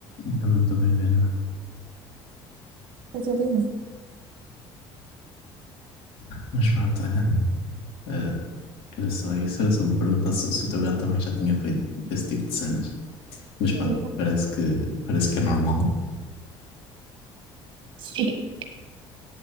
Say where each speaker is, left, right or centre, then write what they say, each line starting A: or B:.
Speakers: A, on the left (about 75°); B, on the right (about 60°).
A: também estou bem a ver agora.
B: Estás a ouvir-me?
A: Mas pronto, olha. eh, era só isso, era só para perguntar se, se o teu gato também já tinha feito esse tipo de cenas. Mas
B: Hum.
A: pronto, parece que, parece que é normal.
B: Sim,